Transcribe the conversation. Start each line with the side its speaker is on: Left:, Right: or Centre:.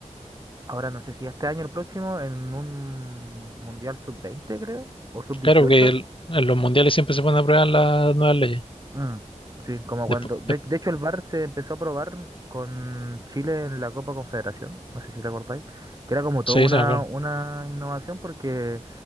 Right: ahora no sé si este año o el próximo, en un Mundial sub veinte creo, o sub dieciocho
Left: Claro que el- en los mundiales siempre se ponen a prueba las nuevas leyes.
Right: Mm, sí, como
Left: Despu-
Right: cuando. De,
Left: de-
Right: de hecho, el VAR se empezó a probar con Chile en la Copa Confederación, no sé si te acordáis, que era como toda
Left: sí,
Right: una,
Left: se me acuerdo.
Right: una innovación porque